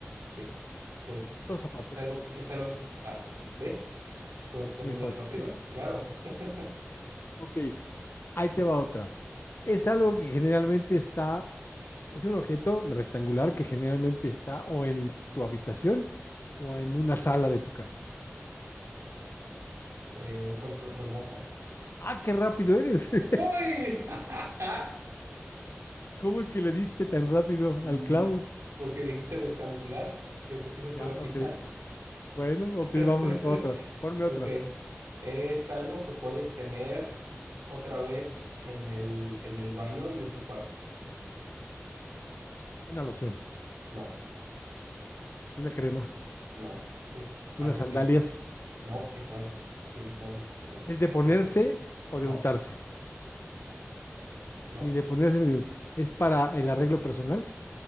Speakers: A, on the right (about 80°); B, on the left (about 55°).
A: sí, se usa.
B: Los zapatos,
A: Es algo, es algo, ah, ¿ves? Como tú también
B: muy fácil.
A: eres rápido, claro. <laughs>
B: Ok, ahí te va otra. Es algo que generalmente está, es un objeto rectangular que generalmente está o en tu habitación o en una sala de tu casa.
A: Eh, un control remoto.
B: Ah, qué rápido eres. <laughs>
A: ¡Uy! <laughs>
B: ¿Cómo es que le diste tan rápido
A: Mm,
B: al clavo?
A: Porque dijiste rectangular, yo creo que esa
B: Ya,
A: fue la
B: ok.
A: pista.
B: Bueno,
A: <laughs>
B: ok, vamos con otra. Ponme otra.
A: Ok. Es algo que puedes tener otra vez en el, en el baño y en tu cuarto.
B: Una loción,
A: No,
B: una crema,
A: no, es
B: unas
A: más difícil.
B: sandalias.
A: No, es más, sí, es más difícil. A ver,
B: ¿Es de ponerse
A: tú sigue.
B: o
A: No,
B: de untarse?
A: no,
B: Ni de ponerse ni de untarse. ¿Es para el arreglo personal?